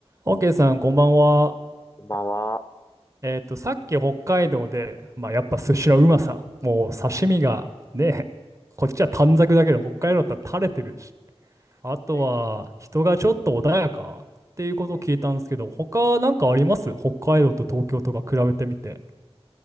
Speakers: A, on the right; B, on the left.
A: オーケーさん、こんばんは。
B: こんばんは。
A: えっと、さっき北海道で、まあ、やっぱ寿司のうまさ、もう刺身がね、こっちは短冊だけど、北海道だったら垂れてるし、あとは人がちょっと穏やかっていうことを聞いたんですけど、
B: えーえ
A: 他なんかあります北海道と東京とか比べてみて。
B: ーえー